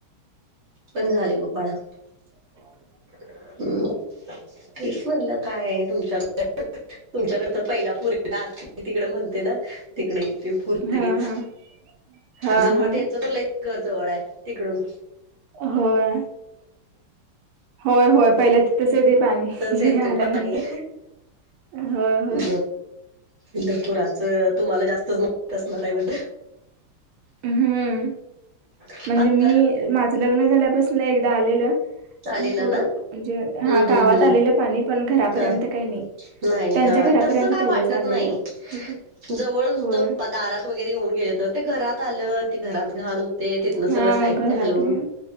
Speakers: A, on the right; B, on the right.
A: बंद झाले बघ बाळा
B: <inaudible>
A: तेच म्हणलं काय तुमच्या तुमच्याकडे तर पहिला पुर आ तिकडे म्हणते ना तिकडे येते. पुर्तगीच
B: हा हा हा
A: जवळ
B: हा
A: त्यांच तर लय घर जवळ आहे तिकडून
B: होय होय होय पहिल्या तिथच येते पाणी
A: च येतय
B: आल्यानंतर
A: पाणी
B: होय होय
A: म इ पुुराचं तुम्हाला जास्तच माहित असणार आहे म्हण.
B: हम्म
A: म्हणलं
B: म्हणजे मी माझ लग्न झाल्यापासून एकदा आलेलं.
A: आलेला
B: पूर
A: ना
B: म्हणजे
A: हम्म
B: हा गावात
A: हम्म हम्म
B: आलेलं पाणी पण घरापर्यंत
A: हा
B: काही नाही.
A: नाही
B: त्यांच्या
A: हा
B: घरापर्यंत
A: तस काय
B: तेवढंच
A: वाटत
B: आलेलं
A: नाही
B: तिथे
A: जवळ नुसतं
B: होय
A: दारात वगैरे येऊन गेले तर ते घरात आलं ते घरात घान. ते तिथन
B: हा
A: सगळं साहित्य
B: घरात
A: हलवून